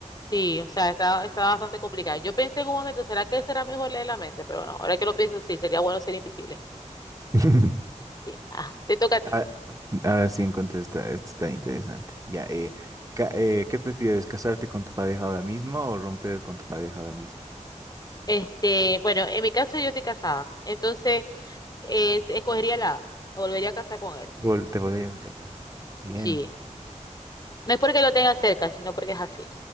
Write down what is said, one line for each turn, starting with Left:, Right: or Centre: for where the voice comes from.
Left: Sí, o sea, está, está bastante complicado. Yo pensé en un momento, ¿será que será mejor leer la mente? Pero no, ahora que lo pienso, sí, sería bueno ser invisible.
Right: <laughs>
Left: Sí, ajá, te toca a ti.
Right: A, a ver si encuentro esta, esta está interesante. Ya, eh, ca- eh, ¿qué prefieres, casarte con tu pareja ahora mismo o romper con tu pareja ahora mismo?
Left: Este, bueno, en mi caso yo estoy casada, entonces eh, es- escogería la A, me volvería a casar con él.
Right: Vol- te volverías a casar. Bien.
Left: Sí, no es porque lo tenga cerca, sino porque es así.